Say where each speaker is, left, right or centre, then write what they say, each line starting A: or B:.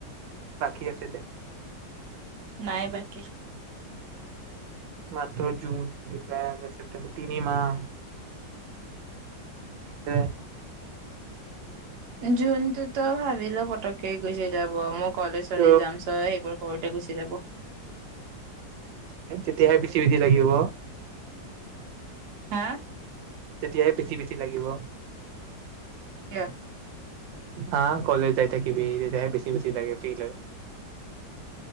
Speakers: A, on the right; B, on the right.
A: বাকী আছে দে।
B: নাই বাকী।
A: <unintelligible> জুন, জুলাই, অগষ্ট, ছেপ্টেম্বৰ, তিনি মাহ। <unintelligible>
B: জোনটো তই ভাবিলঃ পতকে গুচি যাব মোক কলেজ চালি
A: ত'
B: যাম চ সেইবোৰ ঘৰতে গুচি যাব।
A: উম তেতিয়াহে বেছি-বেছি লাগিব
B: হা?
A: তেতিয়াহে বেছি-বেছি লাগিব।
B: কিয়?
A: হা কলেজ যাই থাকিবি তেতিয়া হে বেছি-বেছি লাগে ফিল হয়।